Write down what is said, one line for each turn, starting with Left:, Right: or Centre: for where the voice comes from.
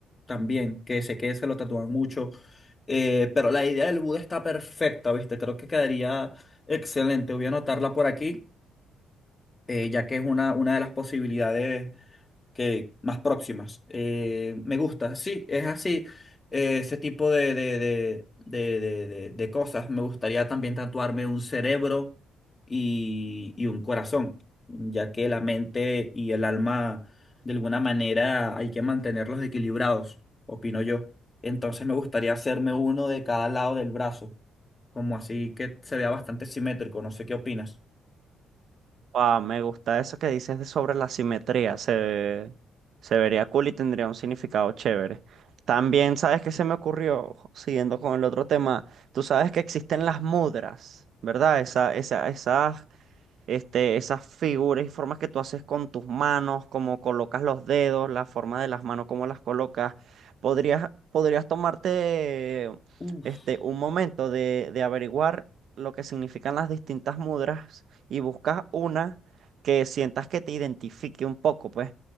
Left: también, que sé que se lo tatúan mucho. Eh, pero la idea del Buda está perfecta, ¿viste? Creo que quedaría excelente. Voy a anotarla por aquí, eh, ya que es una, una de las posibilidades que más próximas. Eh, me gusta, sí, es así. eh, ese tipo de, de, de, de, de, de- de cosas. Me gustaría también tatuarme un cerebro y, y un corazón, ya que la mente y el alma, de alguna manera, hay que mantenerlos equilibrados, opino yo. Entonces me gustaría hacerme uno de cada lado del brazo, como así que se vea bastante simétrico. No sé qué opinas.
Right: Ah, me gusta eso que dices de sobre la simetría. Se, se vería cool y tendría un significado chévere. También, ¿sabes qué se me ocurrió? Siguiendo con el otro tema, tú sabes que existen las mudras, ¿verdad? Esa, esa, esas este, esas figuras y formas que tú haces con tus manos, cómo colocas los dedos, la forma de las manos, cómo las colocas. Podrías, podrías tomarte
Left: Uf.
Right: este, un momento de, de averiguar lo que significan las distintas mudras y buscas una que sientas que te identifique un poco, pues.